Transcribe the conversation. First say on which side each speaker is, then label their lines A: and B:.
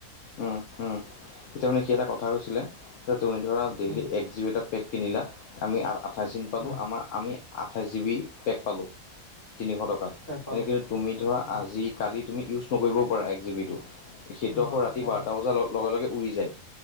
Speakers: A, on the left (about 65°); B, on the left (about 45°).
A: উম, উম, এতিয়া মানে সি এটা কথা কৈছিলে যে তুমি ধৰা ডেইলি
B: উম
A: এক জীবি এটা পেক কিনিলা, আমি আ-আঠাইছ দিন পালোঁ,
B: উম
A: আমাৰ আমি আঠাইছ জিবি পেক পালোঁ তিনিশ টকাত
B: তাক পালো
A: তেনে তুমি ধৰা
B: উম
A: আজি, কালি তুমি ইউজ নকৰিবও পাৰা এক জি বিটো সেইটো
B: নোৱাৰা
A: আকৌ ৰাতি
B: নোৱাৰা
A: বাৰটা বজাৰ লগে লগে উৰি যায়,